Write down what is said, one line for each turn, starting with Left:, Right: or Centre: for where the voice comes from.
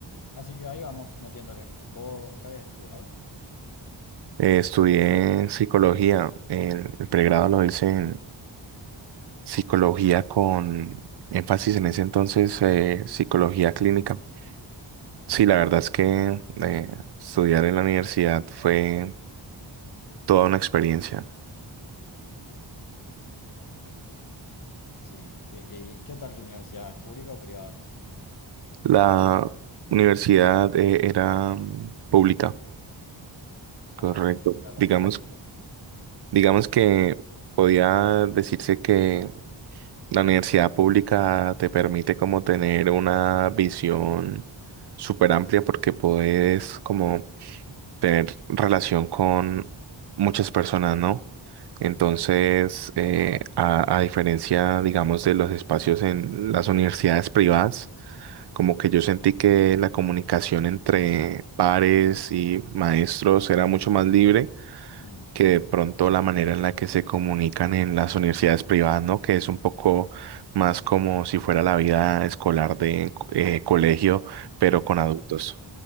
Left: Así que ahí vamos, metiéndole. ¿Vos qué habías estudiado?
Right: Eh, estudié psicología. El, el pregrado lo hice en psicología con énfasis en ese entonces, eh, psicología clínica. Sí, la verdad es que eh, estudiar en la universidad fue toda una experiencia.
Left: Sí, ¿qué- ¿y qué tal tu universidad? ¿Es pública o privada?
Right: La universidad eh, era mm, pública,
Left: Ajá,
Right: correcto.
Left: ¿y ¿qué tal la
Right: Digamos
Left: experiencia?
Right: Digamos que podía decirse que la universidad pública te permite como tener una visión súper amplia porque puedes como tener relación con muchas personas, ¿no? Entonces, eh, a, a diferencia, digamos, de los espacios en las universidades privadas, como que yo sentí que la comunicación entre pares y maestros era mucho más libre
Left: Mm,
Right: que de pronto la manera en la que se comunican en las universidades privadas, ¿no? Que es un poco más como si fuera la vida escolar de eh, colegio, pero
Left: Ajá.
Right: con adultos.